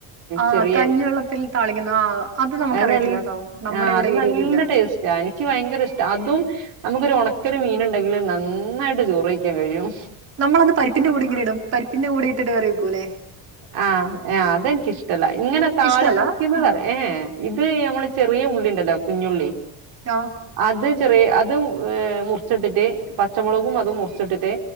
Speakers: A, on the right; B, on the right.
A: ആഹ്
B: ചെറിയ
A: കഞ്ഞിവെള്ളത്തിൽ താളിക്കുന്ന ആഹ് നമുക്കറിയത്തില്ലാട്ടോ
B: അത് ന
A: നമ്മുടെ
B: ആ
A: ഇവിടെ
B: അത്
A: ഏരിയയിലില്ല.
B: നല്ല ടേസ്റ്റാ എനിക്ക് ഭയങ്കര ഇഷ്ട അതും നമുക്കൊരണക്ക ക്കൊരു മീനണ്ടെങ്കില് നന്നായിട്ട് ചോറ് കയിക്കാൻ കഴിയും
A: നമ്മള അന്ന് പരിപ്പിന്റെ കൂടിങ്ങന ഇടും പരിപ്പിന്റെ കൂടെ ഇട്ടിട്ട് കറി കുലെ
B: ആ ആ അതെനിക്കിഷ്ടല്ല ഇങ്ങനെ താളിക്കുന്ന
A: ഇഷ്ടല്ല ആഹ്
B: ഏ ഇത് നമ്മള് ചെറ ചറിയ ഉള്ളിണ്ടല്ലോ കുഞ്ഞുള്ളി
A: ആഹ്
B: അത് ചെറിയ അത് ഏ മുറിച്ചിട്ടിട്ട് പച്ചമുളകും അതും മുറിച്ചിട്ടിട്ട്